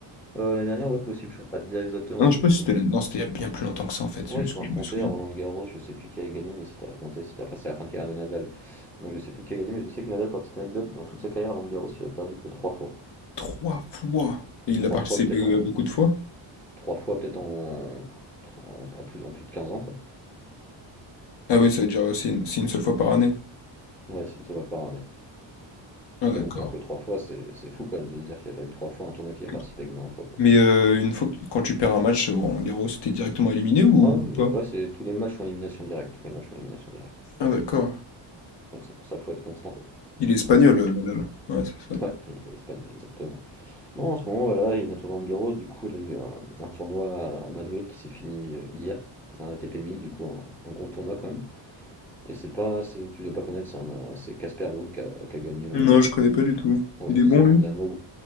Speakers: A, in the centre; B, on the left.
A: Euh, l'année dernière, ouais, possible, je ne pas te dire exactement
B: Ah non,
A: ce
B: je
A: qu'ils
B: sais pas si
A: sont.
B: c'était l'année- Non, c'était il y a bien plus longtemps que ça en fait, c'est
A: Ouais,
B: juste
A: ils se sont
B: que
A: affrontés
B: je me souviens.
A: à Roland Garros, je sais plus qui a gagné, mais ils s'étaient affrontés, c'était après, c'est la fin de carrière de Nadal. Donc je sais plus qui a gagné, mais je sais que Nadal, pour la petite anecdote, dans toute sa carrière, Roland Garros, il a perdu que trois fois.
B: Trois fois! Et il
A: Trois
B: l'a participé
A: fois, peut-être
B: euh,
A: en,
B: beaucoup de fois?
A: trois fois peut-être en, en, en plus, en plus de 15 ans, quoi.
B: Ah ouais, ça veut dire euh, c'est une, c'est une seule fois par année.
A: Ouais, c'est une seule fois par année.
B: Ah d'accord.
A: Mais bon, perdre que trois fois, c'est c'est fou quand même de se dire qu'il a perdu que trois fois un tournoi qu'il
B: Que
A: a participé
B: trop.
A: que 20 fois, quoi.
B: Mais euh, une fois que, quand tu perds un match, euh, Roland Garros, t'es directement éliminé ou
A: Ah oui, oui.
B: pas?
A: ouais, c'est tous les matchs sont élimination directe, tous les matchs sont élimination directe.
B: Ah d'accord.
A: Donc c'est pour ça qu'il faut être constant, quoi.
B: Il est espagnol, euh, Nadal. Ouais, c'est ça.
A: Ouais, il est espagnol, exactement. Non, en ce moment, voilà, il est bientôt Roland Garros, du coup, il a eu un, un tournoi à Madrid qui s'est fini euh, hier, un ATP 1000, du coup, un, un gros tournoi quand même. Et c'est pas, c'est, tu dois pas connaître, c'est un, un- c'est Casper Ruud qui a, qui a gagné,
B: Non,
A: en-
B: je connais pas du tout.
A: ouais,
B: Il est
A: c'est
B: bon
A: un
B: lui?
A: Danois,